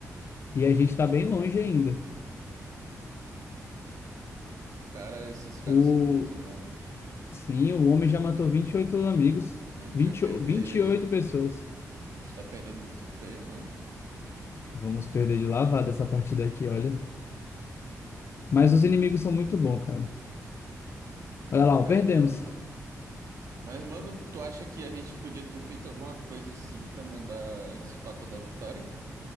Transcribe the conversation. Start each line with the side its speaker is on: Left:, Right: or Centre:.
Left: E a gente está bem longe ainda.
Right: Cara, esses caras
Left: O,
Right: são muito bons.
Left: sim, o homem já matou 28 amigos,
Right: A gente
Left: vinte
Right: vai perder.
Left: e- vinte e oito pessoas.
Right: A gente tá perdendo muito feio, mano.
Left: Vamos perder de lavada essa partida aqui, olha. Mas os inimigos são muito bons, cara. Olha
Right: Tá
Left: lá,
Right: perdemos.
Left: ó, perdemos.
Right: Mas, mano, tu acha que a gente podia ter feito alguma coisa assim pra mudar esse fator da vitória?